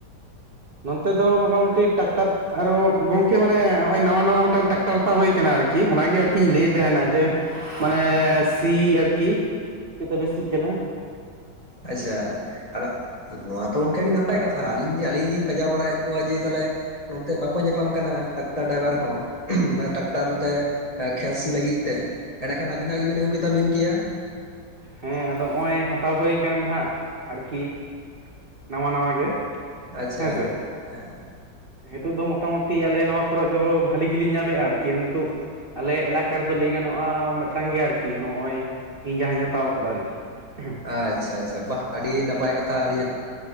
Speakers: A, on the right (about 55°); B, on the left (about 30°).
A: ᱱᱚᱱᱛᱮ ᱫᱚ ᱢᱚᱴᱟᱢᱩᱴᱤ ᱴᱟᱠᱴᱟᱨ ᱟᱨᱦ <unintelligible> ᱜᱚᱢᱠᱮ ᱢᱟᱱᱮ ᱱᱚᱜᱼᱚᱭ ᱱᱟᱣᱟ ᱱᱟᱣᱟ ᱢᱤᱫᱴᱟᱱ ᱴᱨᱟᱠᱴᱟᱨ ᱦᱟᱛᱟᱣ ᱦᱩᱭ ᱠᱟᱱᱟ᱾ ᱟᱨᱠᱤ ᱚᱱᱟᱜᱮ ᱟᱨᱠᱤᱧ ᱞᱟᱹᱭ ᱛᱟᱦᱮᱱᱟ ᱡᱮ᱾ ᱢᱟᱱᱮ- ᱥᱤ ᱟᱨᱠᱤ ᱪᱮᱫ ᱛᱮᱯᱮ ᱥᱤᱜ ᱠᱟᱱᱟ?
B: ᱟᱪᱪᱷᱟ ᱟᱫᱚ ᱱᱚᱣᱟ ᱛᱚ ᱜᱚᱝᱠᱮ ᱱᱟᱯᱟᱭ ᱠᱟᱛᱷᱟ᱾ ᱟᱹᱞᱤᱧ ᱡᱮ ᱟᱹᱞᱤᱧ ᱞᱤᱧ ᱯᱟᱸᱡᱟ ᱵᱟᱲᱟᱭᱮᱫ ᱠᱚᱣᱟ ᱡᱮ ᱛᱟᱦᱚᱞᱮ ᱱᱚᱱᱛᱮ ᱵᱟᱠᱚ ᱧᱟᱯᱟᱢ ᱠᱟᱱᱟ ᱴᱨᱟᱠᱴᱟᱨ ᱰᱟᱭᱵᱷᱟᱨ ᱦᱚᱸ᱾ ᱴᱨᱟᱠᱴᱟᱨ ᱱᱛᱮ ᱮᱠᱷᱟᱱ ᱥᱤ ᱞᱟᱹᱜᱤᱫ ᱛᱮ ᱮᱸᱰᱮᱠᱷᱟᱱ ᱟᱹᱵᱤᱱᱟᱜ ᱜᱮᱵᱤᱱ ᱟᱹᱜᱩ ᱠᱮ ᱛᱟᱵᱤᱱ ᱠᱮᱭᱟ᱾
A: ᱦᱮᱸ ᱟᱫᱚ ᱱᱚᱜ-ᱚᱭ ᱦᱟᱛᱟᱣ ᱦᱩᱭ ᱠᱟᱱᱟ, ᱱᱟᱦᱟᱜ ᱟᱨᱠᱤ ᱱᱟᱣᱟ ᱱᱟᱣᱟ ᱜᱮ᱾
B: ᱟᱪᱪᱷᱟ
A: ᱦᱮᱸᱥᱮ
B: ᱦᱮᱸ
A: ᱱᱤᱛᱚᱜ ᱫᱚ ᱢᱚᱴᱟᱢᱩᱴᱤ ᱟᱞᱮ ᱱᱚᱣᱟ ᱠᱚᱨᱮ ᱫᱚ ᱵᱷᱟᱞᱤ ᱜᱮᱞᱤᱮᱱ ᱧᱟᱢᱮᱫᱼᱟ᱾ ᱟᱨᱠᱤ ᱱᱤᱛᱚᱜ ᱟᱞᱮ ᱮᱞᱟᱠᱟ ᱨᱮᱫᱚ ᱞᱟᱹᱭ ᱜᱟᱱᱚᱜᱼᱟ ᱢᱤᱫᱴᱟᱝ ᱜᱮᱭᱟ᱾ ᱟᱨᱠᱤ ᱱᱚᱜᱼᱚᱭ ᱤᱧ ᱡᱟᱦᱟᱧ ᱦᱟᱛᱟᱣ ᱟᱠᱟᱫᱟ, ᱟᱨᱠᱤ ᱦᱮᱸ᱾
B: ᱟᱪᱪᱷᱟ ᱟᱪᱪᱷᱟ ᱵᱟ ᱟᱹᱰᱤ ᱱᱟᱯᱟᱭ ᱠᱟᱛᱷᱟ ᱟᱹᱰᱤ